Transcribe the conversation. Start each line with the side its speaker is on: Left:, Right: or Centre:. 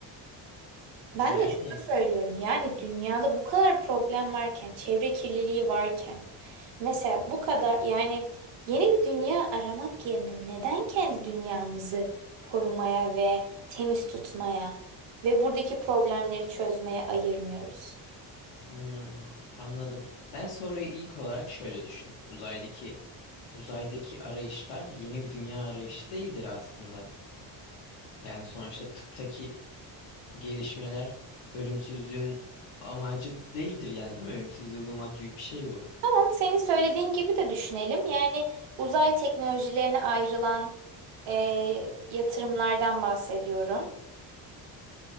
Right: Ben
Left: Yani
Right: de şunu söylüyorum yani dünyada bu kadar problem varken, çevre kirliliği varken mesela bu kadar yani yeni bir dünya aramak yerine neden kendi dünyamızı korumaya ve temiz tutmaya ve buradaki problemleri çözmeye ayırmıyoruz?
Left: hmm, anladım. Ben soruyu ilk olarak şöyle düşündüm. Uzaydaki uzaydaki arayışlar yeni bir dünya arayışı değildir aslında. Yani sonuçta tıptaki gelişmeler ölümsüzlüğün amacı değildir yani değil mi? Ölümsüzlüğü bulmak gibi bir şey bu.
Right: Tamam, senin söylediğin gibi de düşünelim. Yani uzay teknolojilerine ayrılan eee, yatırımlardan bahsediyorum.